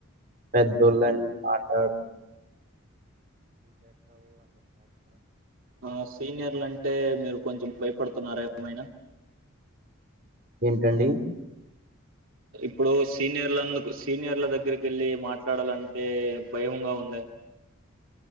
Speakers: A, on the right; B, on the right.
A: పెద్దోళ్ళని మాట్లాడ్
B: ఆ సీనియర్లంటే మీరు కొంచం భయపడుతున్నారా ఏమైనా
A: ఏంటండి
B: ఇప్పుడు సీనియర్లందుకు సీనియర్ల దగ్గరకెళ్లి మాట్లాడాలంటే భయంగా ఉందా